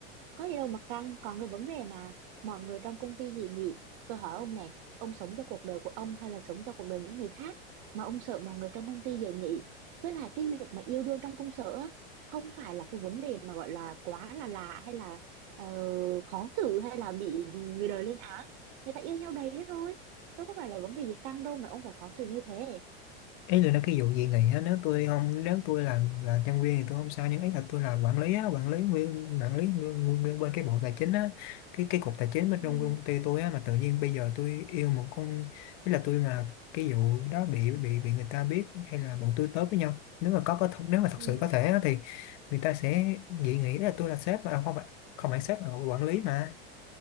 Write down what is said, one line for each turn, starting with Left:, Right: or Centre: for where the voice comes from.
Right: có gì đâu mà căng còn cái vấn đề mà mọi người trong công ty dị nghị tôi hỏi ông nè ông sống cho cuộc đời của ông hay là sống cho cuộc đời những người khác mà ông sợ mọi người trong công ty dị nghị với lại cái việc mà yêu đương trong công sở á, không phải là cái vấn đề mà gọi là quá là lạ hay là ờ, khó xử hay là bị người đời lên án người ta yêu nhau đầy đó thôi đâu có phải là vấn đề gì căng đâu mà ông phải khó xử như thế
Left: ấy là nó cái vụ gì này á nếu tôi không nếu tôi là là nhân viên thì tôi không sao nhưng ấy là tôi là quản lý á quản lý nguyên- quản lý nguyên- nguyên bên cái bộ tài chính á cái cái cục tài chính bên
Right: ừ
Left: trong công ty tôi á mà tự nhiên bây giờ tôi yêu một con ý là tôi mà cái vụ đó bị bị bị người ta biết hay là bọn tôi tới với nhau nếu mà có có thật- nếu mà thật
Right: ừ
Left: sự có thể á, thì người ta sẽ dị nghị Ý là tôi là sếp mà không phải không phải sếp mà là quản lý mà